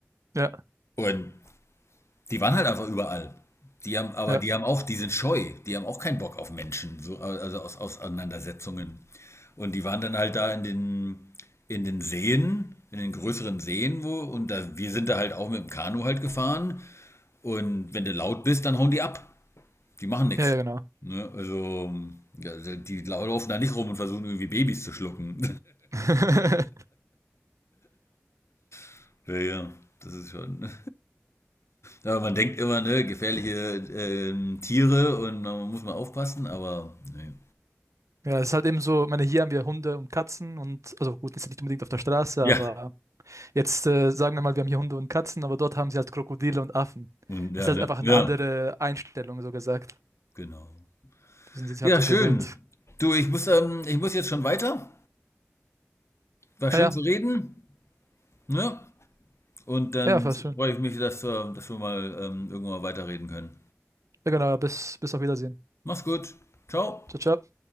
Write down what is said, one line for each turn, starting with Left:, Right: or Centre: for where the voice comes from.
Right: Ja,
Left: Und die waren halt einfach überall. Die haben, aber
Right: ja,
Left: die haben auch, die sind scheu, die haben auch keinen Bock auf Menschen, so, also aus Auseinandersetzungen. Und die waren dann halt da in den, in den Seen, in den größeren Seen, wo, und da, wir sind da halt auch mit dem Kanu halt gefahren. Und wenn du laut bist, dann hauen die ab. Die machen nichts.
Right: ja, ja, genau.
Left: Ne? Also, ja, die laufen da nicht rum und versuchen irgendwie Babys zu schlucken.
Right: <laughs>
Left: <laughs> ja, ja, das ist schon. Ja, man denkt immer, ne, gefährliche ähm, Tiere und man muss mal aufpassen, aber nee.
Right: Ja, es ist halt eben so, ich meine, hier haben wir Hunde und Katzen und, also gut, ist ja nicht unbedingt auf der Straße,
Left: Ja,
Right: aber jetzt äh, sagen wir mal, wir haben hier Hunde und Katzen, aber dort haben sie halt Krokodile und Affen.
Left: und ja,
Right: Es ist halt
Left: ne?
Right: einfach eine
Left: Ja,
Right: andere Einstellung, so gesagt.
Left: genau.
Right: Die sind sich
Left: Ja,
Right: halt so
Left: schön.
Right: gewöhnt.
Left: Du, ich muss, ähm, ich muss jetzt schon weiter. War schön
Right: Ja, ja,
Left: zu reden, ne? Und dann
Right: ja, war schön.
Left: freue ich mich, dass wir, dass wir mal ähm, irgendwann mal weiterreden können.
Right: Ja, genau, bis, bis auf Wiedersehen.
Left: Mach's gut. Ciao.
Right: Ciao, ciao.